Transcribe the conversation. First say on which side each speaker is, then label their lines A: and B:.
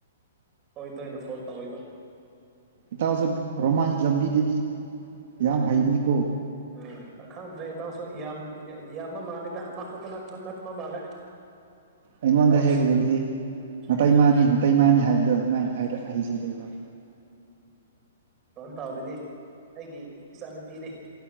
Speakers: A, on the right; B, on the right.
A: ꯍꯣꯏ ꯇꯣꯏꯅꯦ ꯐꯣꯟ ꯇꯧꯋꯦꯕ
B: ꯏꯇꯥꯁꯨ ꯔꯣꯃꯥꯟꯁ ꯂꯝꯕꯤꯗꯗꯤ ꯌꯥꯝ ꯍꯩꯕꯅꯤꯀꯣ
A: ꯎꯝ ꯏꯇ ꯈꯪꯗ꯭ꯔꯦ ꯏꯇꯥꯎꯁꯨ ꯌꯥꯝ ꯏ ꯌꯥꯝꯕ ꯃꯥꯜꯂꯤꯗ ꯑꯃꯈꯛꯇꯅ ꯅꯠ ꯅꯠꯇꯕ ꯃꯥꯜꯂꯦ
B: ꯑꯩꯉꯣꯟꯗ
A: ꯇꯧꯔꯤꯁꯦ
B: ꯍꯦꯛ ꯎꯔꯗꯤ ꯅꯇꯩꯃꯥꯅꯤ
A: ꯎꯝ
B: ꯅꯇꯩꯃꯥꯅꯤ ꯍꯥꯏꯕ ꯑꯗꯨ ꯑꯗꯨꯃꯥꯏꯅ ꯍꯥꯏꯔꯛ ꯍꯩꯖꯤꯜꯂꯦꯕ
A: ꯇꯣꯟ ꯇꯧꯔꯤꯗꯤ ꯑꯩꯒꯤ ꯏꯆꯥꯅꯨꯄꯤꯅꯤ